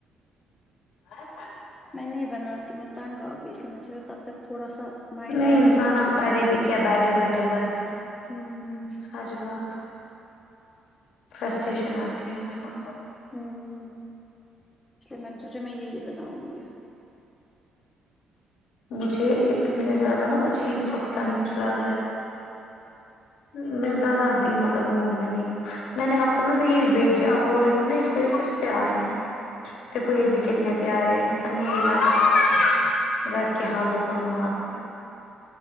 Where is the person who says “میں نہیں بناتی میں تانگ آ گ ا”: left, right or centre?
Left